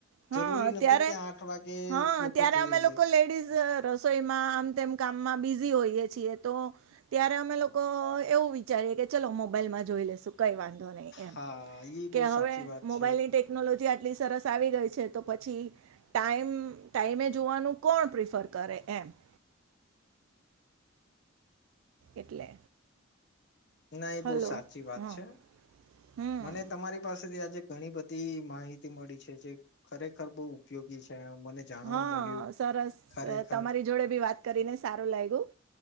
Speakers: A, on the right; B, on the left.
A: હા
B: જરૂરી
A: ત્યારે
B: નથી, કે આઠ વાગે
A: હા
B: લોકો
A: ત્યારે
B: જોઈ
A: અમે લોકો
B: લે
A: લેડીઝ રસોઈમાં આમ તેમ કામમાં બિઝી હોઈએ છીએ, તો ત્યારે અમે લોકો એવું વિચાર કે ચલો મોબાઈલમાં જોઈ લેશું. કઈ વાંધો નહી, એમ
B: હા એ
A: કે
B: બહુ
A: હવે
B: સાચી વાત
A: મોબાઈલની
B: છે
A: ટેકનોલોજી આટલી સરસ આવી ગઈ છે. છે તો પછી ટાઈમ ટાઈમે જોવાનું કોણ પ્રિફર કરે એમ <inaudible> એટલે
B: ના એ
A: હલો
B: બોવ સાચી વાત
A: હા
B: છે,
A: હમ
B: મને તમારી પાસેથી આજ સુધી ઘણી બધી માહિતી મળી છે જે ખરેખર બહુ ઉપયોગી છે. મને જાણવા
A: હા,
B: મળ્યું
A: સરસ
B: ખરેખર
A: તમારી જોડે ભી વાત કરીને સારું લાગ્યું